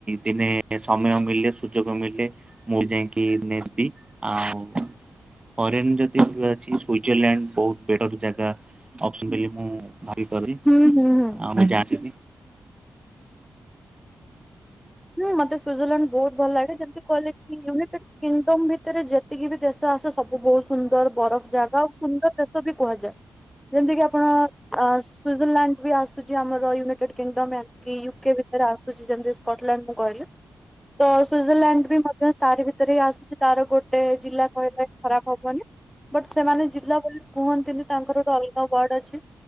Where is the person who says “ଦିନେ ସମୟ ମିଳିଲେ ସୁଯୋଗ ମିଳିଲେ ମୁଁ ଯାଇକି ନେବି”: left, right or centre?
Right